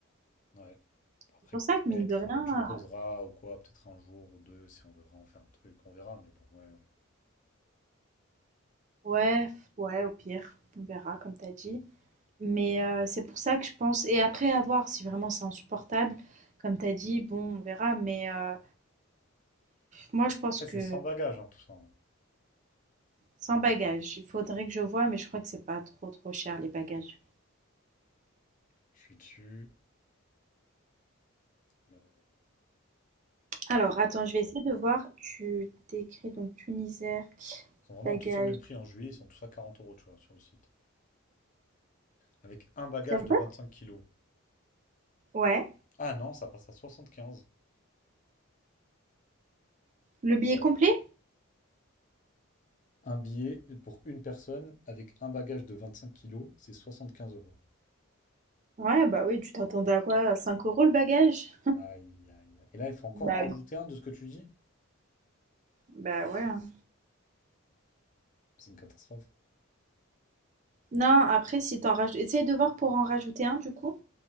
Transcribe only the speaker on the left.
ouais. Bon, Après,
peut-être
euh, tu poseras
ou quoi, peut-être un jour ou deux si on veut vraiment faire un truc, on verra, mais bon, ouais, ouais.
Après,
c'est sans bagages, hein, tout ça. hein.
Je suis dessus. euh, ouais.
Ils sont vraiment
tous au même prix en juillet, ils sont tous à 40 euros, tu vois, sur le site. Avec un bagage
de
25 kilos.
Ah non, ça passe à 75.
Ah ouais.
Un billet pour une personne avec un bagage de 25 kilos, c'est 75 euros.
Aïe, aïe, aïe. Et là, il faut encore
en rajouter un de ce que tu dis?
C'est une catastrophe.